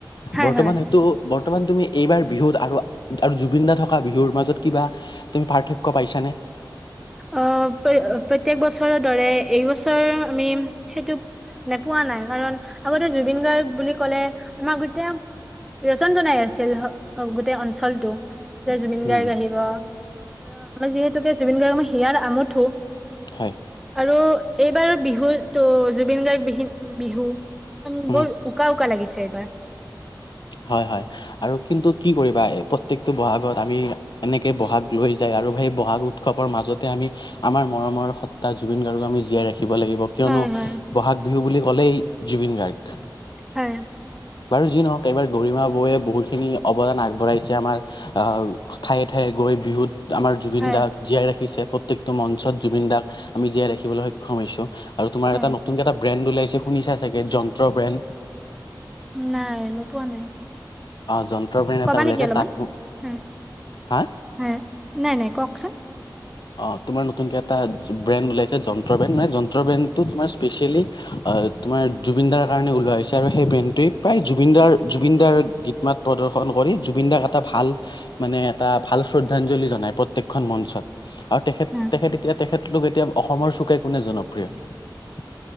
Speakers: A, in the centre; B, on the left (about 75°).
A: হয়
B: বৰ্তমান
A: হয়
B: হেইটো বৰ্তমান তুমি এইবাৰ বিহুত আৰু আৰু জুবিন দা থকা বিহুৰ মাজত কিবা তুমি পাৰ্থক্য পাইছানে?
A: আহ, প্ৰ প্ৰত্যেক বছৰৰ দৰে এইবছৰ আমি সেইটো নোপোৱা নাই কাৰণ আগতে জুবিন গাৰ্গ বুলি ক'লে আমাৰ গোটেই ৰজন জনাই আছিল গোটেই অঞ্চলটো। যে জুবিন
B: উম,
A: গাৰ্গ আহিব আৰু আমাৰ যিহেতুকে জুবিন গাৰ্গ মই হিয়াৰ আমুঠো।
B: হয়।
A: আৰু এইবাৰ বিহুটো জুবিন গাৰ্গ বিহিন বিহু
B: উম,
A: বৰ উকা উকা লাগিছে এইবাৰ।
B: হয়, হয় আৰু কিন্তু কি কৰিবা এই প্ৰত্যেকটো বহাগত আমি এনেকে বহাগ লৈ যায় আৰু সেই বহাগ উৎসৱৰ মাজতে আমি আমাৰ মৰমৰ সত্তা জুবিন গাৰ্গক আমি জীয়াই ৰাখ ৰাখিব লাগিব কিয়নো
A: হয় হয়
B: বহাগ বিহু বুলি ক'লেই জুবিন গাৰ্গ।
A: হয়
B: বাৰু যি নহওক এইবাৰ গৰিমা বৌৱে বহুতখিনি অৱদান আগবঢ়াইছে আমাৰ ঠায়ে ঠায়ে গৈ বিহুত আমাৰ জুবিন
A: হয়
B: দাক জীয়াই ৰাখিছে প্ৰত্যেকটো মঞ্চত জুবিন দাক আমি জীয়াই ৰাখিবলৈ সক্ষম হৈছো আৰু তোমাৰ
A: হয়
B: এটা নতুনক এটা ব্ৰেণ্ড ওলাইছে শুনিছা চাগে যন্ত্ৰ ব্ৰেণ্ড।
A: নাই মই মোৰ পোৱা নাই
B: অ যন্ত্ৰ ব্ৰেণ্ড এটা
A: কবা
B: ওলাইছে
A: নেকি অলপমান
B: তাত
A: হা?
B: হা
A: হয় নাই, নাই কওকচোন
B: অ তোমাৰ নতুনকে এটা ব্ৰেণ্ড ওলাইছে যন্ত্ৰ ব্ৰেণ্ড মানে যন্ত্ৰ ব্ৰেণ্ডটো তোমাৰ স্পেচিয়েলি তোমাৰ জুবিন দাৰ কাৰণে ওলাইছে। আৰু সেই ব্ৰেণ্ডটোৱে প্ৰায় জুবিনদাৰ জুবিনদাৰ গীত মাত প্ৰদৰ্শন কৰি জুবিন দাক এটা ভাল মানে এটা ভাল শ্ৰদ্ধাঞ্জলি জনাই প্ৰত্যেকখন মঞ্চক। আৰু তেখেত
A: হুম
B: তেখেত এতিয়া তেখেতলোক এতিয়া অসমৰ চুকে কোনে জনপ্ৰিয়।